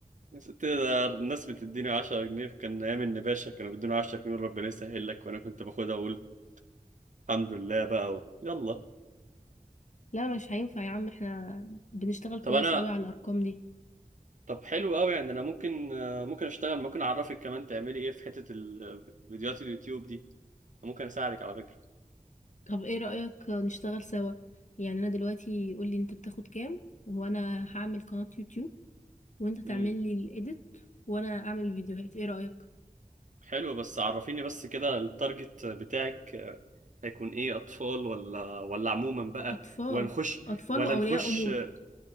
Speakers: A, on the right; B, on the left.
A: ست- ده الناس بتديني 10 جنيه كان أيام النباشا كانوا بيدوني 10 جنيه ربنا يسهل لك وأنا كنت باخدها وأقول الحمد لله بقى و... يلا
B: لا مش هينفع يا عم احنا بنشتغل كويس
A: طب أنا
B: قوي على الارقام دي
A: طب حلو قوي يعني أنا ممكن آه، ممكن أشتغل ممكن أعرفك كمان تعملي إيه في حتة ال- فيديوهات اليوتيوب دي ممكن أساعدك على فكرة
B: طب ايه رايك نشتغل سوا يعني انا دلوقتي قول لي انت بتاخد كام وانا هعمل قناه يوتيوب وانت تعمل
A: مم.
B: لي الايديت وانا اعمل الفيديوهات ايه رايك
A: حلو بس عرفيني بس كده التارجت بتاعك آه، هيكون ايه اطفال ولا ولا عموما بقى
B: اطفال
A: ونخش
B: اطفال
A: ولا
B: واولياء
A: نخش
B: امور
A: آه،